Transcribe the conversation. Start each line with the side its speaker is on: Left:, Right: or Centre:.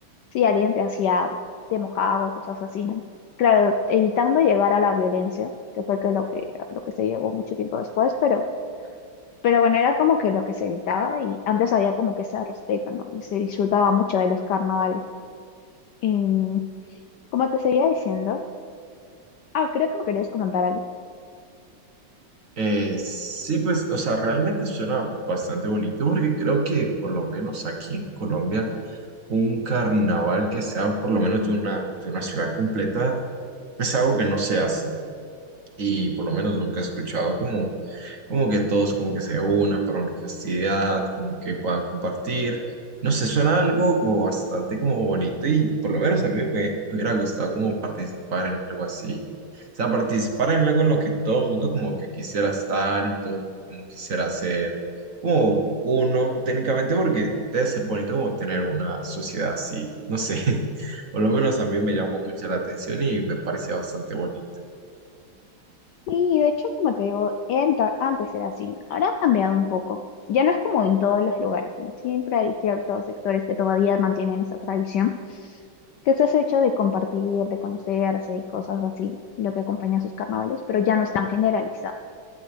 Left: Sí, alguien te hacía, te mojaba, o cosas así, ¿no? Claro, evitando llegar a la violencia, que fue que lo que, lo que se llegó mucho tiempo después, pero, pero bueno, era como que lo que se evitaba y antes había como que ese respeto, ¿no? Y se disfrutaba mucho de los carnavales. Y, como te seguía diciendo, ah, creo que me querías comentar algo.
Right: Eh, sí, pues, o sea, realmente suena bastante bonito porque creo que por lo menos aquí en Colombia un carnaval que sea por lo menos de una, de una ciudad completa es algo que no se hace y por lo menos nunca he escuchado como, como que todos como que se unan para una festividad, como que puedan compartir. No sé, suena algo como bastante como bonito y por lo menos a mí me hubiera gustado como participar en algo así. O sea, participar en algo en lo que todo el mundo como que quisiera estar y todo el mundo como quisiera ser como uno técnicamente porque debe ser bonito como tener una sociedad así, no sé. <laughs> Por lo menos a mí me llamó mucho la atención y me parecía bastante bonito.
Left: Sí, de hecho, como te digo, enta- antes era así, ahora ha cambiado un poco. Ya no es como en todos los lugares, ¿no? Siempre hay ciertos sectores que todavía mantienen esa tradición, que es ese hecho de compartir, de conocerse y cosas así, lo que acompaña a sus carnavales, pero ya no es tan generalizado.